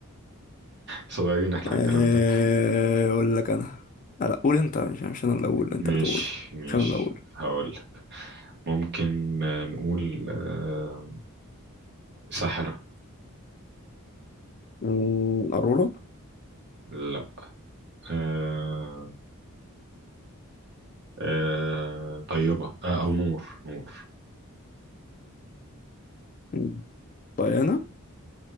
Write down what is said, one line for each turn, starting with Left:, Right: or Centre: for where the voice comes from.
Right: صغيرين احنا على
Left: آه،
Right: الكلام ده
Left: اقول لك انا آه، لا قول انت مش مش انا اللي اقول انت
Right: مش
Left: اللي تقول
Right: مش
Left: مش انا اللي اقول
Right: هقول ممكن آه، نقول آه، ساحره
Left: أمم، ارورا
Right: لا آه، آه، طيبه آه، او نور نور
Left: أمم، ديانا